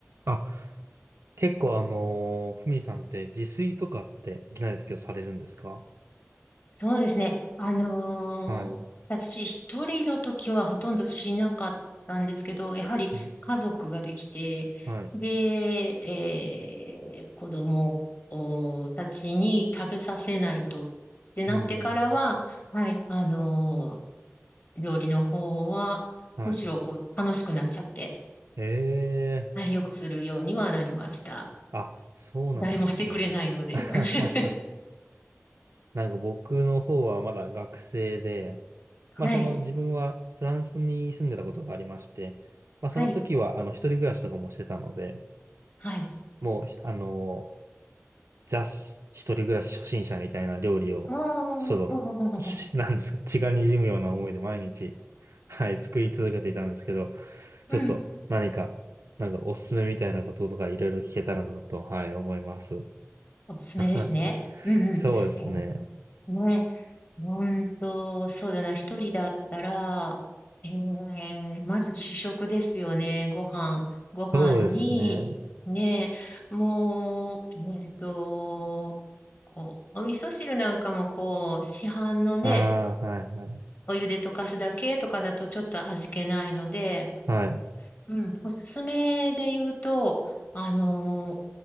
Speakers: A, on the right; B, on the left.
A: あ、結構あのーふみさんって自炊とかっていきなりだけどされるんですか
B: そうですね。あのー私一人の時はほとんどしなかったんですけど、
A: はい。
B: やはり家族ができて、
A: はい。はい。
B: で、えー子供おたちに食べさせないとってなってからは、
A: うーん。
B: はい、あのー料理の方は、
A: はい。
B: むしろこう楽しくなっちゃって、
A: ええー
B: はい、よくするようにはなりました。
A: あ、そうなんですね。
B: 誰もしてくれないので。
A: <laughs> あははは
B: <laughs>
A: なんか僕の方はまだ学生で、まあその自分はフランスに住んでたことがありまして、
B: はい、
A: まあその時はあの一人暮らしとかもしてたので、
B: はい、はい。
A: もうあのーザし一人暮らし初心者みたいな料理を、
B: ああ、
A: その、
B: <laughs>
A: し <laughs> なんですか、血が滲むような思いで毎日、<laughs> はい、作り続けていたんですけど、ちょっと何か、
B: うん。
A: なんかおすすめみたいなこととかいろいろ聞けたらなと、はい、思います。
B: おすすめですね。
A: <laughs>
B: うんうん。
A: そうですね。
B: えーね、ほんと、そうだな、一人だったら、えーねまず主食ですよね、ご飯。ご飯に、
A: そうですね。
B: ね、もう、えっと、こう、お味噌汁なんかもこう、市販のね、
A: ああ、はい、はい。
B: お湯で溶かすだけとかだとちょっと味気ないので、
A: はい。
B: うん、おすすめで言うと、あの